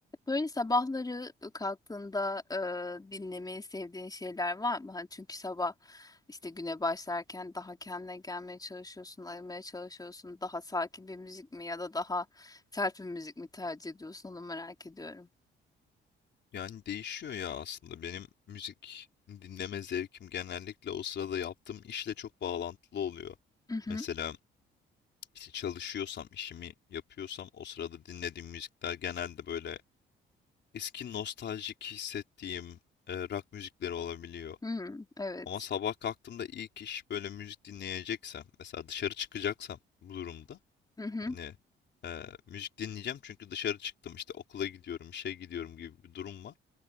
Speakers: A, on the left; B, on the left.
A: Böyle sabahları kalktığında e, dinlemeyi sevdiğin şeyler var mı? Hani çünkü sabah işte güne başlarken daha kendine gelmeye çalışıyorsun, ayılmaya çalışıyorsun. Daha sakin bir müzik mi ya da daha sert bir müzik mi tercih ediyorsun? Onu merak ediyorum.
B: Yani değişiyor ya aslında. Benim müzik dinleme zevkim genellikle o sırada yaptığım işle çok bağlantılı oluyor.
A: Hı
B: Mesela
A: hı.
B: işte çalışıyorsam, işimi yapıyorsam o sırada dinlediğim müzikler genelde böyle eski nostaljik hissettiğim e, rock müzikleri olabiliyor.
A: Hmm, evet.
B: Ama sabah kalktığımda ilk iş böyle müzik dinleyeceksem, mesela dışarı çıkacaksam bu durumda
A: Hı hı.
B: hani e, müzik dinleyeceğim çünkü dışarı çıktım işte okula gidiyorum, işe gidiyorum gibi bir durum var.